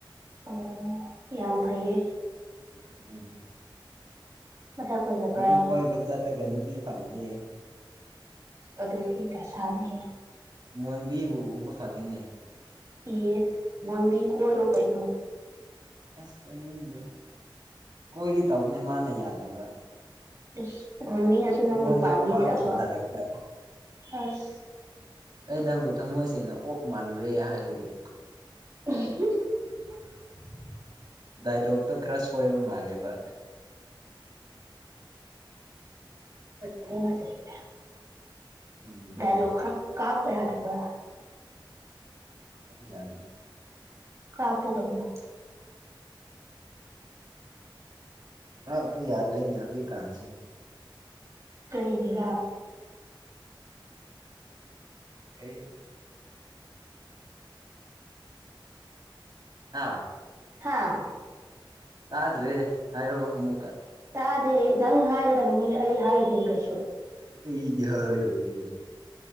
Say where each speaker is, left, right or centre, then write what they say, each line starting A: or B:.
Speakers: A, on the right; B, on the right.
A: ꯑꯣ ꯌꯥꯝ ꯐꯩꯌꯦ
B: ꯎꯝ
A: ꯃꯁꯛ ꯐꯖꯕ꯭ꯔꯥ
B: ꯅꯨꯄꯤ ꯀꯏꯕ ꯆꯔꯂꯒꯅꯄꯤ ꯐꯪꯗ
A: ꯑꯗꯨꯗꯨ ꯀ ꯇꯁꯥꯅꯤ
B: ꯃꯣꯟꯕꯤꯕꯨ ꯎꯕ ꯐꯪꯉꯤꯅꯦ
A: ꯏꯁ ꯃꯗꯤ ꯀꯣꯏꯔꯣ ꯀꯩꯅꯣ
B: ꯑꯁ ꯀꯣꯏꯅꯤꯡꯗꯦ ꯀꯣꯏꯒꯦ ꯇꯧꯅꯦ ꯃꯥꯅ ꯌꯥꯗꯕ
A: <unintelligible> ꯅꯪꯕꯨ
B: ꯑꯩꯉꯣꯟꯗ
A: ꯄꯥꯝꯕꯤꯗ꯭ꯔꯕꯣ
B: ꯈꯨꯄꯥꯛ ꯑꯣꯏꯅ ꯇꯥꯔꯛꯄ
A: ꯑꯁ
B: ꯑꯩ ꯅꯪꯕꯨ ꯊꯝꯃꯣꯏꯁꯦꯡꯅ ꯑꯣꯛ ꯃꯥꯜꯂꯨꯔꯦ ꯍꯥꯏꯕꯒꯤ
A: <inaudible>
B: ꯗꯥꯏꯂꯣꯛꯇ ꯈꯔ ꯁꯣꯏꯕ ꯃꯥꯜꯂꯦꯕ
A: ꯀꯅ ꯆ <unintelligible>
B: ꯎꯝ
A: ꯗꯥꯏꯂꯣꯛ ꯈꯔ ꯀꯥꯞꯄ ꯌꯥꯗꯕ꯭ꯔꯥ
B: ꯌꯥꯗꯔꯤ
A: ꯀꯥꯄ ꯀꯅ
B: ꯑ ꯌꯥꯗ ꯔꯅꯦ ꯍꯧꯗꯤ ꯀꯥꯟꯁꯤ
A: ꯇꯔꯒꯔꯥ
B: ꯀꯩ ꯍꯥꯥ
A: ꯍꯥꯥ
B: ꯇꯥꯗ꯭ꯔꯦ ꯍꯥꯏꯔꯛꯑꯣ ꯑꯃꯨꯛꯀ
A: ꯇꯥꯗꯦ ꯅꯪ ꯍꯥꯏꯕꯅꯤ ꯑꯩ ꯍꯥꯏꯗꯦ ꯀꯩꯁꯨ
B: ꯑꯩꯗꯤ ꯍ ꯑꯣꯏꯔꯣꯏ